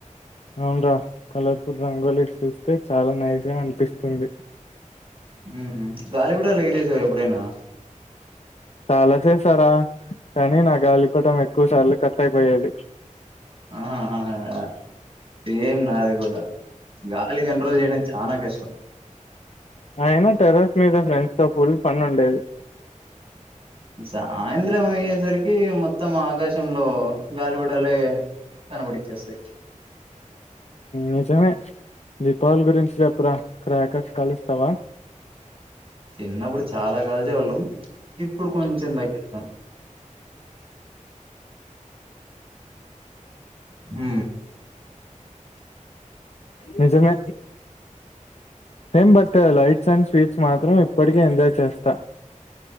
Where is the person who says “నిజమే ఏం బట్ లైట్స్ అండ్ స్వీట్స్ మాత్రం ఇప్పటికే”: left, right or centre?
Left